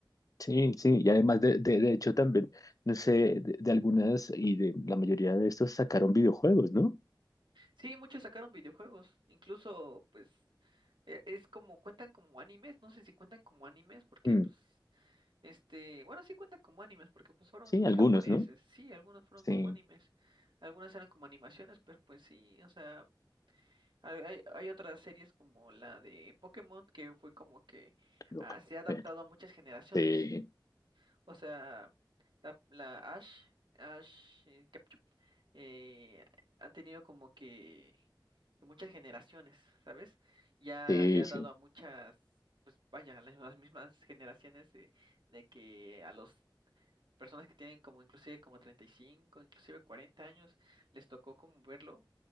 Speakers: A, on the left; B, on the right.
A: Sí, sí, y además de, de, de hecho también, no sé, de, de algunas y de la mayoría de estos sacaron videojuegos, ¿no?
B: Sí, muchos sacaron videojuegos, incluso pues e- es como cuentan como animes, no sé si cuentan como animes porque
A: Mm,
B: pues este, bueno, sí cuentan como animes porque pues fueron
A: sí,
B: muy
A: algunos,
B: japoneses.
A: ¿no?
B: Sí, algunos fueron
A: Sí,
B: como animes, algunas eran como animaciones, pero pues sí, o sea, hay, hay hay otras series como la de Pokémon que fue como que
A: loco.
B: ah, se ha adaptado
A: Eh,
B: a muchas generaciones.
A: Sí,
B: O sea, la, la Ash, Ash eh, Ketchum, eh, ha tenido como que, que muchas generaciones, ¿sabes? Ya
A: sí,
B: le ha
A: sí.
B: dado a muchas, pues vaya, las, las mismas generaciones de, de que a los personas que tienen como inclusive como 35 inclusive 40 años, les tocó como verlo.